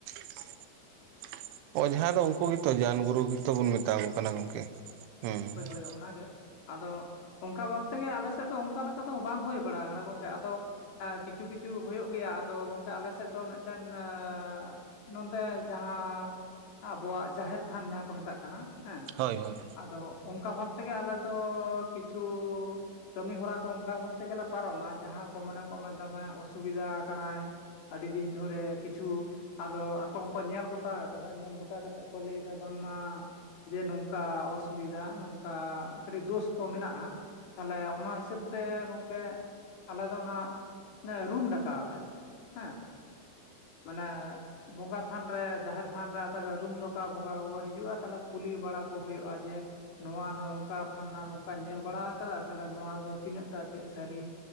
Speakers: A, on the right; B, on the left.
A: ᱾ ᱚᱡᱷᱟ ᱫᱚ ᱩᱸᱠᱩ ᱜᱮᱛᱚ, ᱡᱟᱱ ᱜᱩᱨᱩ ᱜᱮᱛᱚ ᱵᱚᱱ ᱢᱮᱛᱟ ᱠᱚ ᱠᱟᱱᱟ ᱜᱚᱝᱠᱮ, ᱦᱩᱸ ᱾
B: ᱦᱮᱸ ᱚᱱᱟᱜᱮ? ᱟᱫᱚ ᱚᱸᱠᱟ ᱵᱷᱟᱵ ᱛᱮᱜᱮ ᱟᱞᱮ ᱥᱮᱫ ᱫᱚ ᱚᱸᱠᱟ ᱞᱮᱠᱟ ᱫᱚ ᱵᱟᱝ ᱦᱩᱭ ᱵᱟᱲᱟ ᱟᱠᱟᱱᱟ ᱜᱚᱝᱠᱮ ᱟᱫᱚ ᱟᱹ ᱠᱤᱪᱷᱩ ᱠᱤᱪᱷᱩ ᱦᱩᱭᱳᱜ ᱜᱮᱭᱟ ᱟᱫᱚ ᱜᱚᱝᱠᱮ ᱟᱞᱮ ᱥᱮᱫ ᱫᱚ ᱢᱤᱫᱴᱟᱹᱱ ᱟᱸ ᱱᱚᱱᱛᱮ ᱡᱟᱦᱟᱸ ᱟᱵᱚᱣᱟᱜ ᱡᱟᱦᱮᱨ ᱛᱷᱟᱱ ᱡᱟᱦᱟᱸ ᱠᱚ ᱢᱮᱛᱟᱜ ᱠᱟᱱᱟ ᱦᱮᱸ
A: ᱦᱳᱭ ᱦᱳᱭ
B: ᱟᱫᱚ ᱚᱸᱠᱟ ᱵᱷᱟᱵ ᱛᱮᱜᱮ ᱟᱞᱮ ᱫᱚ ᱠᱤᱪᱷᱩ ᱠᱟᱹᱢᱤ ᱦᱚᱨᱟ ᱠᱚ ᱚᱸᱠᱟ ᱵᱷᱟᱵᱽ ᱛᱮᱜᱮ ᱞᱮ ᱯᱟᱨᱚᱢᱟ ᱡᱟᱦᱟᱸ ᱠᱚ ᱢᱚᱱᱮ ᱠᱚᱜ ᱢᱮ ᱫᱚᱢᱮ ᱚᱥᱩᱵᱤᱫᱟ ᱟᱠᱟᱱᱟᱭ ᱟᱹᱰᱤ ᱫᱤᱱ ᱫᱷᱚᱨᱮᱫ ᱠᱤᱪᱷᱩ ᱟᱫᱚ ᱟᱠᱚ ᱦᱚᱸᱠᱚ ᱧᱮᱞ ᱜᱚᱴᱟ ᱦᱟᱠᱟᱫᱟ ᱧᱮᱞ ᱜᱚᱴᱟ ᱠᱟᱛᱮᱫ ᱠᱚ ᱞᱟᱹᱭ ᱮᱫᱟ ᱵᱟᱝ ᱢᱟ ᱡᱮ ᱱᱚᱝᱠᱟ ᱚᱥᱩᱵᱤᱫᱟ ᱱᱚᱝᱠᱟ ᱠᱟᱹᱴᱤᱡ ᱫᱳᱥ ᱠᱚ ᱢᱮᱱᱟᱜᱼᱟ, ᱛᱟᱦᱚᱞᱮ ᱚᱱᱟ ᱦᱤᱥᱟᱹᱵ ᱛᱮ ᱜᱚᱝᱠᱮᱜ ᱟᱞᱮ ᱫᱚ ᱚᱱᱟ ᱢᱟᱱᱮ ᱨᱩᱢ ᱰᱟᱠᱟᱣᱟᱞᱮ ᱾ ᱦᱮᱸᱜ ᱢᱟᱱᱮ ᱵᱚᱸᱜᱟ ᱛᱷᱟᱱ ᱨᱮ ᱡᱟᱦᱮᱨ ᱛᱷᱟᱱ ᱨᱮ ᱟᱫᱚ ᱞᱮ ᱨᱮ ᱨᱩᱢ ᱰᱳᱠᱟᱣ ᱵᱚᱸᱜᱟ ᱠᱚᱠᱚ ᱦᱤᱡᱩᱜᱼᱟ ᱛᱟᱦᱮᱞᱮ ᱠᱩᱞᱤ ᱵᱟᱲᱟ ᱠᱚ ᱦᱩᱭᱩᱜᱼᱟ ᱡᱮ ᱱᱚᱣᱟ ᱱᱚᱝᱠᱟ ᱯᱷᱟᱨᱱᱟ ᱱᱚᱝ ᱚᱠᱟ ᱧᱮᱞ ᱵᱟᱲᱟ ᱟᱠᱟᱫᱟ ᱛᱟᱦᱮᱞᱮ ᱱᱚᱣᱟ ᱫᱚ ᱛᱤᱱᱟᱹᱜ ᱴᱟᱜ ᱪᱮᱫ ᱥᱟᱹᱨᱤ?